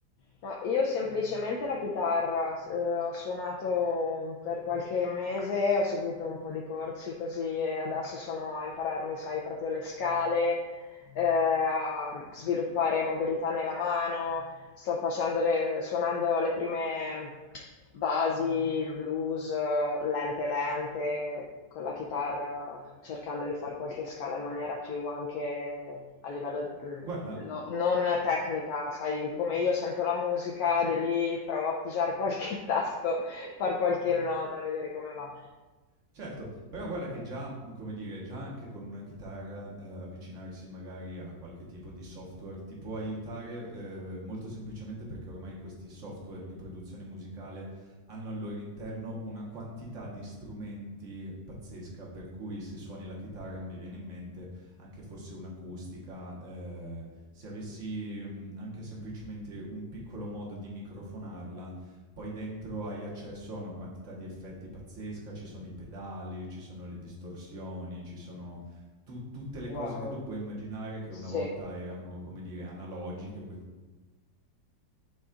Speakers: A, on the left; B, on the right.
A: Ma io semplicemente la chitarra, s- eh, ho suonato per qualche mese, ho seguito un po' di corsi così e adesso sono a impararmi, sai, proprio le scale, eh, a sviluppare mobilità nella mano, sto facendo le- suonando le prime basi, il blues, eh, lente lente, con la chitarra, cercando di fare qualche scala in maniera più anche a livello, mm,
B: Guarda,
A: No- non tecnica, sai, come io sento la musica, di lì provo a pigiare qualche <laughs> tasto, far qualche nota, vedere come va.
B: Certo, però guarda che già, mhmm, come dire, già anche con una chitarra, ehm, avvicinarsi magari a qualche tipo di software ti può aiutare, ehm, molto semplicemente perché ormai questi software di produzione musicale hanno al loro interno una quantità di strumenti pazzesca, per cui se suoni la chitarra mi viene in mente anche fosse un'acustica, ehm, se avessi, mhmm, anche semplicemente un piccolo modo di microfonarla, poi dentro hai accesso a una quantità di effetti pazzesca, ci sono i pedali, ci sono le distorsioni, ci sono tu- tutte le
A: Wow,
B: cose che tu puoi immaginare che
A: sì.
B: una volta erano, come dire, analogiche, quindi